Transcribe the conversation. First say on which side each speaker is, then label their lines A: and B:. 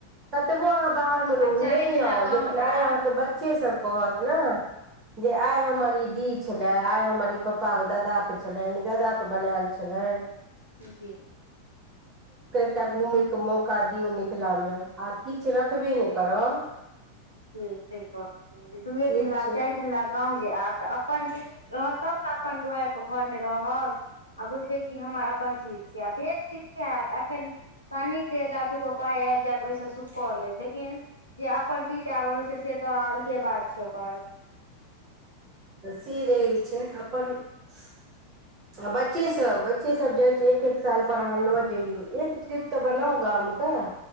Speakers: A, on the right; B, on the right.
A: कतबो अहाँ बाहरमे रहू
B: चारे
A: नहि
B: दिन
A: आउ
B: ला गाँव
A: लेकिन आइ
B: आयब
A: अहाँ तऽ बच्चेसभ कहत ने जे आइ हमर ई दी छले आइ हमर ई पापा के दादा के छलनि ई दादा के बनायल छलनि
B: जी
A: त घुमैके मौका दियौ मिथिलामे आ किछु रखबे नहि करब
B: जी से गप्प छै दुए
A: से
B: दिन ले
A: छै
B: चारि दिन ले गाँव जे आयब तऽ अपन डीही रहत तब ने अपन दुआरि पर घरमे रहब आ बुझबै कि ई हमर अपन चीज छियै आ बेचके किया हत एखन कनिक देेल आ दूगो पाय आबि जायत ओहिसँ सुख कर लेब लेकिन जे अपन डीह डाबर होइ छै से तऽ अलगे बात छै ओकर
A: तऽ से रहै छै अपन आ बच्चे सब बच्चे सब जाइ छी एक एक साल पर अहाँ लऽ जइयौ एक ट्रिप तऽ बनाउ गाम के